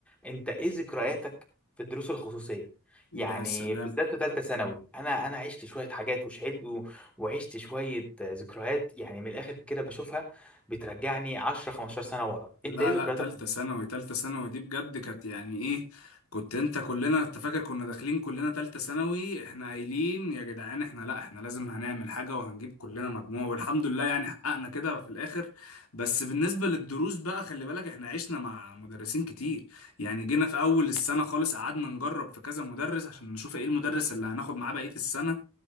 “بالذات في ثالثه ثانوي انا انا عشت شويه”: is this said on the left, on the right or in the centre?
Centre